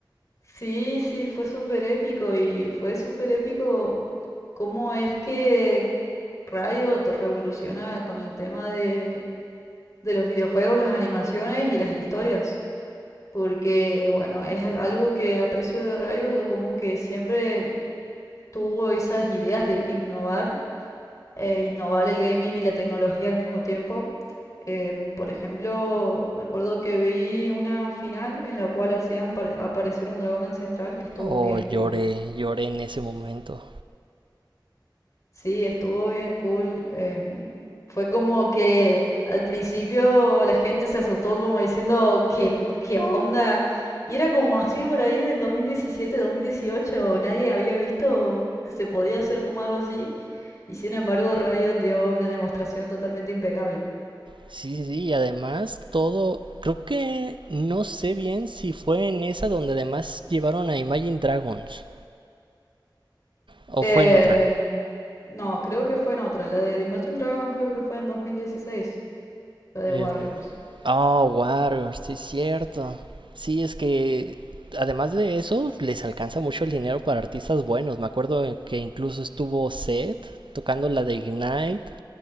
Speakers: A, on the left (about 40°); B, on the right (about 80°).
A: Sí, sí, fue súper épico y fue súper épico cómo es que Riot revoluciona con el tema de... de los videojuegos, las animaciones y las historias, porque bueno, es al- algo que aprecio de Rayo, de como que siempre tuvo esas ideas de innovar, eh, innovar el gaming y la tecnología al mismo tiempo. Em, por ejemplo, me acuerdo que vi una final en la cual hacían pare- aparecer un dragón ancestral que estuvo
B: Oh,
A: bien
B: lloré,
A: cool.
B: lloré en ese momento.
A: Sí, estuvo bien cool. em, fue como que al principio la gente se asustó como diciendo, ¿qué, qué onda? Y era como así por ahí del 2017, 2018. Nadie había visto que se podía hacer como algo así. Y sin embargo, Riot dio una demostración totalmente impecable.
B: Sí, sí, sí, y además todo, creo que no sé bien si fue en esa donde además llevaron a Imagine Dragons o
A: Em,
B: fue en otra.
A: no, creo que fue en otra. La de Imagine Dragons creo que fue en 2016. La de
B: Eh,
A: Warriors.
B: oh, Warriors, sí es cierto. Sí, es que además de eso les alcanza mucho el dinero para artistas buenos. Me acuerdo que incluso estuvo Seth tocando la de Ignite